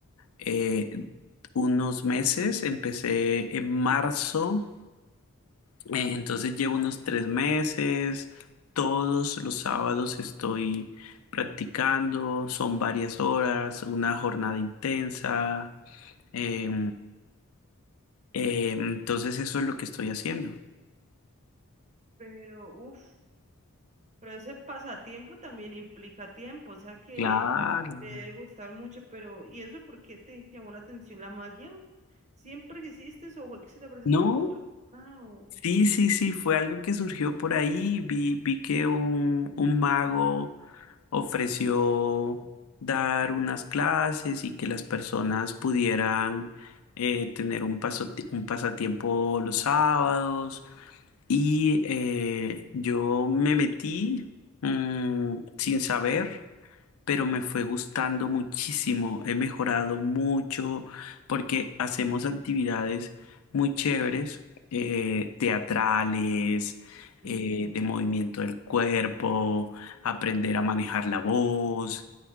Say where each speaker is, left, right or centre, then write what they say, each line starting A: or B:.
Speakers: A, on the left; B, on the right.
A: eh, unos meses. Empecé en marzo, eh, entonces llevo unos tres meses. Todos los sábados estoy practicando. Son varias horas, una jornada intensa. Eh, Eh, entonces eso es lo que estoy haciendo.
B: Pero, uff. Pero ese pasatiempo también implica tiempo, o sea que
A: Claro.
B: te debe gustar mucho, pero ¿y eso por qué te llamó la atención la magia? ¿Siempre quisiste o fue que se te presentó
A: No,
B: la oportunidad? O,
A: Sí, sí, sí, fue algo que surgió por ahí. Vi, vi que un, un mago ofreció dar unas clases y que las personas pudieran eh, tener un paso, un pasatiempo los sábados. Y eh, yo me metí mm, sin saber. pero me fue gustando muchísimo, he mejorado mucho porque hacemos actividades muy chéveres, eh, teatrales,
B: Mm.
A: eh, de movimiento del cuerpo, aprender a manejar la voz,